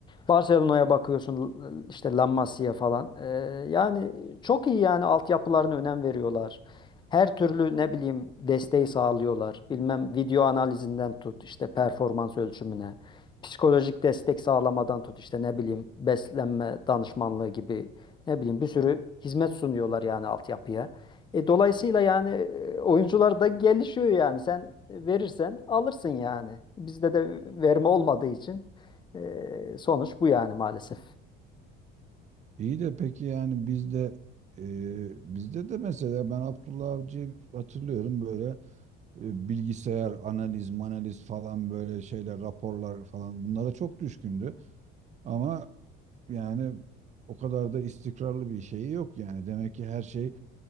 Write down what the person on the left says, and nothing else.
Barcelona'ya bakıyorsun işte La Masia falan. Ee, yani çok iyi yani altyapılarına önem veriyorlar. Her türlü ne bileyim desteği sağlıyorlar. Bilmem video analizinden tut işte performans ölçümüne. Psikolojik destek sağlamadan tut işte ne bileyim beslenme danışmanlığı gibi ne bileyim bir sürü hizmet sunuyorlar yani altyapıya. E, dolayısıyla yani e, oyuncular da gelişiyor yani sen verirsen alırsın yani. Bizde de verme olmadığı için. Ee, sonuç bu yani maalesef.